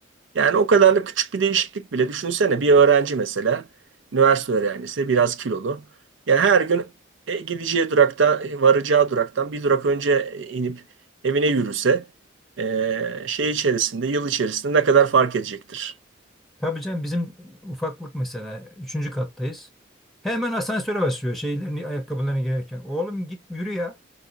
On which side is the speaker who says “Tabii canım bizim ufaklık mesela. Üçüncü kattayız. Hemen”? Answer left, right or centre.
Centre